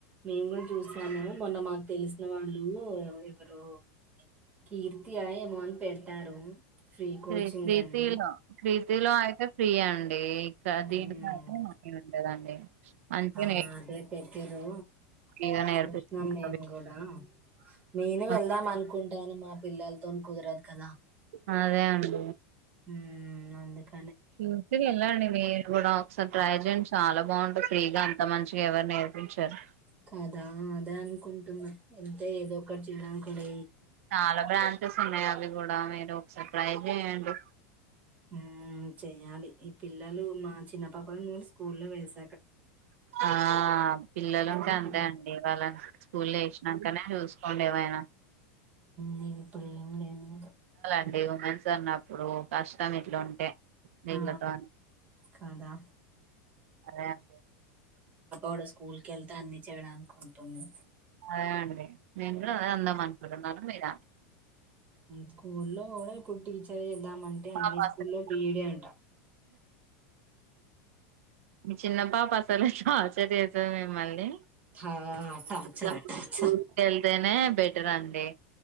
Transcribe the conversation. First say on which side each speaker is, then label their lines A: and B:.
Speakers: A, on the right (about 20°); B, on the right (about 75°).
A: మేము కూడా చూసాము మొన్న మా తెలిసిన వాళ్ళు ఎవరెవరు కీర్తి ఆ ఏమో అని పెట్టారు ఫ్రీ కోచింగ్
B: క్రి క్రీతిలో
A: అని
B: క్రీతిలో అయితే ఫ్రీ అండి ఇక
A: ఉమ్
B: దీంట్లో అయితే మనీ ఉండదండి మంచిగా
A: ఆ
B: నేర్పి
A: అదే పెట్టారు
B: ఫ్రీగా నేర్పిస్తున్నారు
A: చూసినాం మేము కూడా నేను
B: ఆ
A: వెళ్దాం అనుకుంటాను మా పిల్లలతోనీ కుదరదు కదా
B: అదే అండి
A: ఉమ్ అందుక
B: చూసుకొని వెళ్ళండి మీరు కూడా ఒకసారి ట్రై చేయండి చాలా బాగుంటుంది ఫ్రీగా అంత మంచిగా ఎవరు నేర్పించరు
A: కదా అదే అనుకుంటున్నా ఎంతే ఏదో ఒకటి చేయడానికి కూడా
B: చాలా బ్రాండ్ స్ ఉన్నాయి అవి కూడా మీరు ఒకసారి ట్రై చేయండి
A: ఉమ్ చేయాలి ఈ పిల్లలు మా చిన్న పాపని కూడా స్కూల్ లో వేస
B: ఆ పిల్లలు ఇంకా
A: ఇప్పుడు
B: అంతే అండి వాళ్ళనీ స్కూల్ వేసినాకనే చూస్త డేవైనా
A: నీది ఇప్పుడు ఏం లేను
B: అండి ఉమెన్స్ అన్నప్పుడు కష్టం ఇట్లా ఉంటే వీళ్ళతో
A: ఆ కాదా
B: అదే <inaudible>
A: అబ కూడా స్కూల్ క వెళ్తే అన్ని చేయడానికి ఉంటుంది
B: అదే అండి నేను కూడా అద అందామ న్నాన మీద
A: స్కూల్లో లో పోన ఇప్పుటీ చే చేద్దామంటే
B: పాప
A: అన్ని స్కూల్లో
B: అసలు
A: బిఈడ అంట
B: మీ చిన్న పాప అసలుచర్ సార్ మిమ్మల్ని
A: హట అచ్చరట
B: కొంచెం
A: అచర
B: స్కూల్ కి వెళ్తేనే బెటర్ అండి